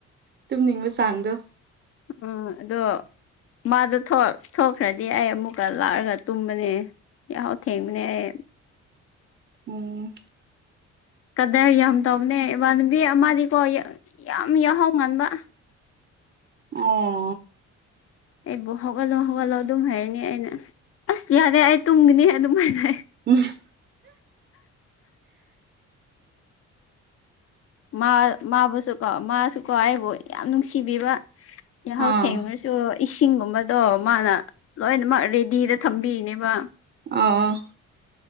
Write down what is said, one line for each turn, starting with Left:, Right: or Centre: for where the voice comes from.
Right: ꯇꯨꯝꯅꯤꯡꯕ ꯆꯥꯡꯗꯣ
Left: ꯎꯝ ꯑꯗꯣ ꯃꯥꯗꯣ ꯊꫭꯛ ꯊꯣꯛꯈ꯭ꯔꯗꯤ ꯑꯩ ꯑꯃꯨꯛꯀ ꯂꯥꯛꯑꯒ ꯇꯨꯝꯕꯅꯦ ꯌꯥꯍꯧ ꯊꯦꯡꯕꯅꯦ ꯑꯩ
Right: ꯑꯣ
Left: ꯀꯗꯔ ꯌꯥꯝ ꯇꯧꯕꯅꯦ ꯏꯃꯟꯅꯕꯤ ꯑꯃꯗꯤꯀꯣ ꯌꯥꯝ ꯌꯥꯍꯧ ꯉꯟꯕꯥ
Right: ꯑꯣ
Left: ꯑꯩꯕꯨ ꯍꯧꯒꯠꯂꯣ ꯍꯧꯒꯠꯂꯣ ꯑꯗꯨꯝ ꯍꯥꯏꯔꯅꯤ ꯑꯩꯅ ꯑꯁ ꯌꯥꯔꯦ ꯑꯩ ꯇꯨꯝꯒꯤꯅꯤ ꯑꯗꯨꯃꯥꯏꯅ ꯍꯥꯏ
Right: ꯎꯝ
Left: ꯃꯥ ꯃꯥꯕꯨꯁꯨ ꯀꯣ ꯃꯥꯁꯨ ꯀꯣ ꯑꯩꯕꯨ ꯌꯥꯝ ꯅꯨꯡꯁꯤꯕꯤꯕ ꯌꯥꯍꯧ
Right: ꯑꯥ
Left: ꯊꯦꯡꯉꯨꯔꯁꯨ ꯏꯁꯤꯡꯒꯨꯝꯕꯗꯣ ꯃꯥꯅ ꯂꯣꯏꯅꯃꯛ ꯔꯦꯗꯤꯗ ꯊꯝꯕꯤꯔꯤꯅꯦꯕ
Right: ꯑꯣ